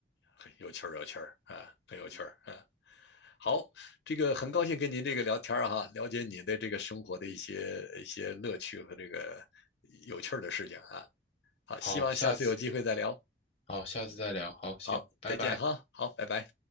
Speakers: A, on the left; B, on the left.
A: 很有趣儿有趣儿啊，很有趣儿啊。
B: 嗯嗯，
A: 好，这个很高兴跟您这个聊天儿哈，了解你的这个生活的一些一些乐趣和这个有趣儿的事情啊。好，
B: 好，
A: 希望下次有机会再聊。
B: 下次好，下次再聊。好，行，
A: 好，
B: 拜拜。
A: 再见哈。好，拜拜。